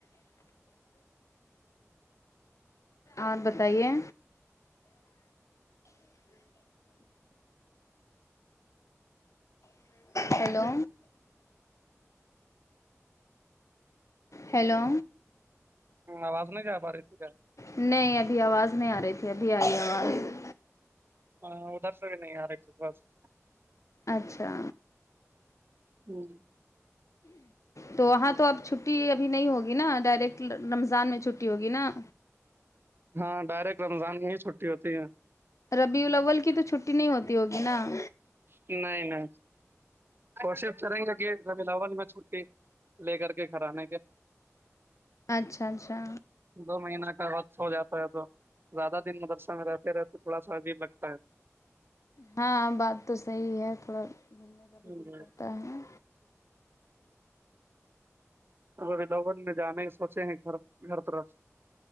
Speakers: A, on the left; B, on the right.
A: اور بتائیے? ہلو ہیلو
B: آواز نہیں کیا بارشی کیا-
A: نہیں ابھی آواز نہیں آ رہی تھی ابھی آئی آواز-
B: ہ ادھر سے بھی نہیں آ رہی تھھی بس-
A: اچھا
B: ہوں
A: تو وہاں تو اب چھٹی ابھی نہیں ہوگی نا ڈائریکٹ رمضان میں چھٹی ہوگی نا-
B: ہاں ڈائریکٹ رمضان میں ہی چھٹی ہوتی ہے-
A: ربی الاول کی تو چھٹی نہیں ہوتی ہوگی نا-
B: نہیں- نہیں کوشش کریں گے کہ رلاول میں چھٹی لے کر کے گھرانے کے-
A: اچھا- اچھا
B: دو مہینہ کا وقت ہو جاتا ہے تو زیادہ دن مدرسہ میں رہتے رہتے تھوڑا سا عجیب لگتا ہے-
A: ہاں بات تو صحیح ہے تھوڑا گھومنے کا
B: ہے
A: بھی دل کرتا ہے نا
B: ادھوبن میں جانے سوچے ہیں گھر- گھر طرف-